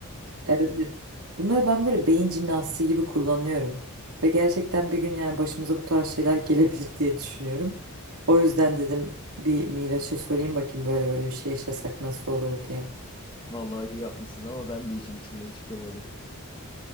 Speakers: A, on the right; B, on the left.
A: Evet. evet. Bunları ben böyle beyin jimnastiği gibi kullanıyorum. Ve gerçekten bir gün yani başımıza bu tarz şeyler gelebilir diye düşünüyorum. O yüzden dedim bir Miraç'a sorayım bakayım böyle böyle bir şey yaşasak nasıl olur diye.
B: Vallahi iyi yapmışsın ama ben de işin içinden çıkamadım.